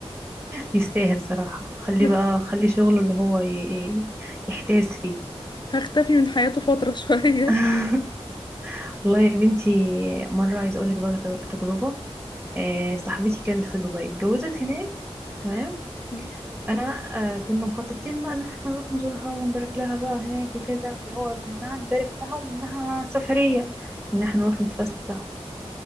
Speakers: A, in the centre; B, on the left.
A: يستاهل صراحة خليه
B: <laughs>
A: بقى خلي شغله اللي هو ي- ي- يحتاس فيه
B: هختفي من حياته فتره شويه
A: <laughs> والله يا بنتي مرة عايزة أقولك بقى ت- تجربة آه، صاحبتي كانت في دبي اتجوزت هناك تمام
B: <laughs>
A: أنا آه، كنا مخططين بقى إن احنا نروح نزورها ونبارك لها بقى هناك وكده اللي هو منها نبارك لها ومنها سفرية إن احنا نروح نتفسح